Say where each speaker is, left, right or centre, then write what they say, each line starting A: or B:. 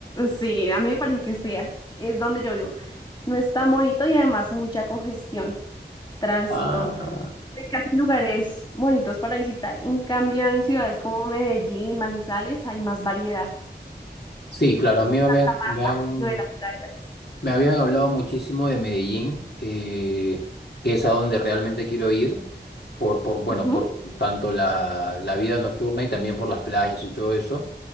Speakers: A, on the left (about 25°); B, on the left (about 65°).
A: Sí, a mí me parece que es fría. Es donde yo vivo. No es tan bonito y además mucha congestión, tránsito.
B: Ah,
A: Hay casi lugares bonitos para visitar. En cambio, en ciudades como Medellín, Manizales, hay más variedad.
B: sí, claro, a mí me, habían-
A: Mata, mata,
B: me han,
A: lo de las playas.
B: me habían hablado muchísimo de Medellín, eh, que es a donde realmente quiero ir, por, por, bueno,
A: Ujú.
B: por tanto la, la vida nocturna y también por las playas y todo eso.